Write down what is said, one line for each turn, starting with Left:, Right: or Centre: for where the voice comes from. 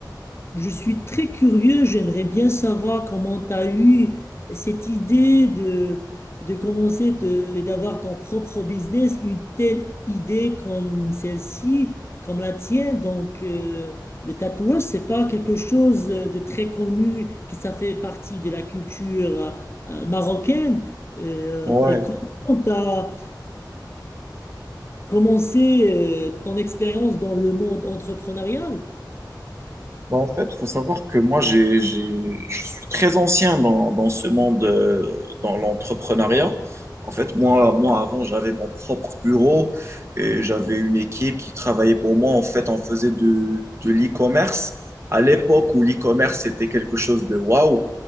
Left: Je suis très curieux, j'aimerais bien savoir comment tu as eu cette idée de, de commencer de- d'avoir ton propre business, une telle idée comme celle-ci, comme la tienne. Donc, euh, le tatouage, c'est pas quelque chose de très connu qui ça fait partie de la culture euh, marocaine. Euh,
Right: Ouais.
Left: et comment tu as, commencer euh, ton expérience dans le monde entrepreneurial?
Right: Bah, en fait, il faut savoir que moi, j'ai, j'ai, je suis très ancien dans, dans ce monde, euh, dans l'entrepreneuriat. En fait, moi, moi, avant, j'avais mon propre bureau et j'avais une équipe qui travaillait pour moi. En fait, on faisait de, de l'e-commerce. À l'époque où l'e-commerce c'était quelque chose de waouh,